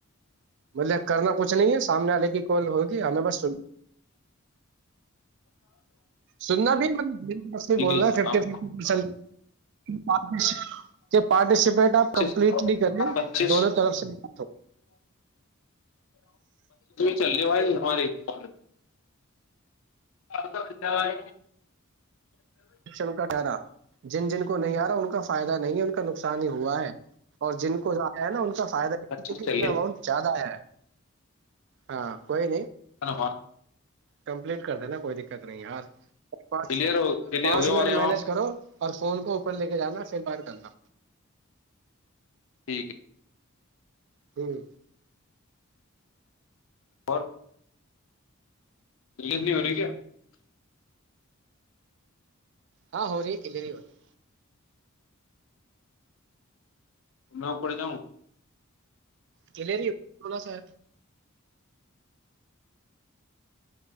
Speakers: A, on the right; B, on the left.
A: مطلب کرنا کچھ نہیں ہے سامنے وال لیکن ال ہوگی ہمیں بس سننا بھی ب ف
B: جناب
A: ف پار ج پارٹیسپیٹ آپ
B: پچیس
A: کمپلیٹ کریں
B: پچیس
A: دونوں طرف سے بات ہو
B: چلے بھائی ہمارے ف آپ کا دھن واد
A: شن کا ٹھہرا جن جن کو نہیں آ رہا ان کا فائدہ نہیں ہے ان کا نقصان ہی ہوا ہے اور جن کو آیا ہے نا ان کا فائدہ
B: اچھا
A: کیکہ
B: چلیے
A: اتنا اماؤنٹ زیادہ آیا ہے ہاں کوئی نہیں
B: ک ن ہاں
A: کمپلیٹ کر دینا کوئی دقت نہیں یار پانچ
B: کلیئر کلیر
A: پانچ
B: ہو
A: منٹ
B: ہو رہے
A: مینج کرو اور فون کو اوپر لے کے جانا سر بر کرنا
B: ٹھیک ہے
A: ہوں
B: اور یہت نہیں ہو رہی کیا <unintelligible>
A: ہاں ہو رہی کلری ہو رہی
B: ن پڑ جاؤں <unintelligible>
A: کلری منا سا